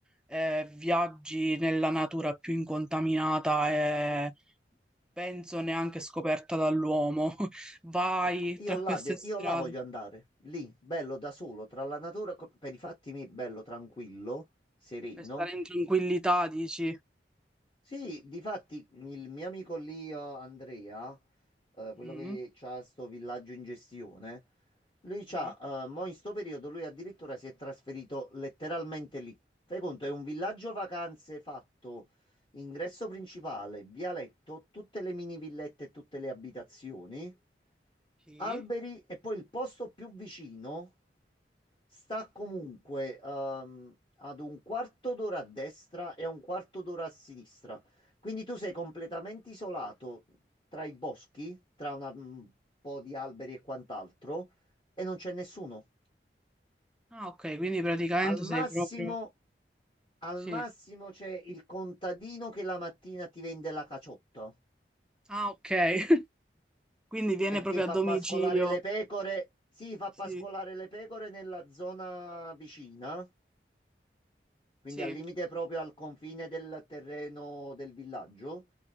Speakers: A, in the centre; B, on the left (about 30°).
A: eh, viaggi nella natura più incontaminata e penso neanche scoperta dall'uomo. <laughs> Vai
B: Ecco, io
A: tra
B: là,
A: queste
B: de-
A: strade
B: io là voglio andare, lì, bello da solo, tra la natura, co- per i fatti miei, bello, tranquillo, sereno,
A: per stare in tranquillità, dici.
B: Sì, difatti il mio amico lì, eh, Andrea, eh, quello
A: Mm,
B: che ha sto villaggio in gestione, lui c'ha,
A: sì,
B: eh, mo in sto periodo lui addirittura si è trasferito letteralmente lì. Fai conto, è un villaggio vacanze fatto, ingresso principale, vialetto, tutte le mini villette e tutte le abitazioni
A: sì.
B: alberi e poi il posto più vicino sta comunque ehm, ad un quarto d'ora a destra e a un quarto d'ora a sinistra. Quindi tu sei completamente isolato tra i boschi, tra una- un po' di alberi e quant'altro, e non c'è nessuno.
A: Ah, ok, quindi praticamente
B: Al massimo,
A: sei proprio...
B: al
A: Sì.
B: massimo c'è il contadino che la mattina ti vende la caciotta
A: Ah, ok. <laughs> Quindi viene
B: perché
A: proprio
B: fa
A: a domicilio.
B: pascolare le pecore. Sì, fa
A: Sì,
B: pascolare le pecore nella zona vicina quindi
A: sì.
B: al limite proprio al confine del terreno del villaggio.